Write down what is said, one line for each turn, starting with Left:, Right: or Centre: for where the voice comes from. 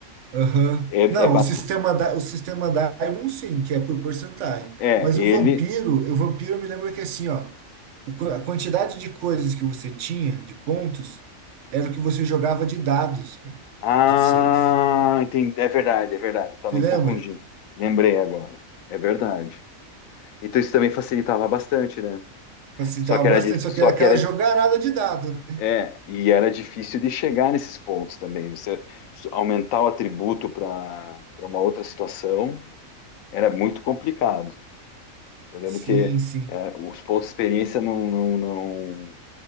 Right: Aham.
Left: é,
Right: Não,
Left: é, ba-
Right: o sistema da, o sistema Diamond sim, que é por porcentagem.
Left: é,
Right: Mas
Left: ele.
Right: o vampiro, o vampiro eu me lembro que assim, ó, o qu- a quantidade de coisas que você tinha, de pontos, era o que você jogava de dados, cara,
Left: Ah,
Right: de seis.
Left: entendi, é verdade, é verdade. Estava
Right: Se
Left: me
Right: lembra?
Left: confundindo. Lembrei agora. É verdade. Então isso também facilitava bastante, né?
Right: Facilitava
Left: Só que
Right: bastante,
Left: era, dif-
Right: só
Left: só
Right: que era aquela
Left: que era,
Right: jogarada de dado, né?
Left: é, e era difícil de chegar nesses pontos também. Você s- aumentar o atributo para para uma outra situação era muito complicado. Eu lembro
Right: Sim,
Left: que
Right: sim.
Left: é, os pontos de experiência não, não, não-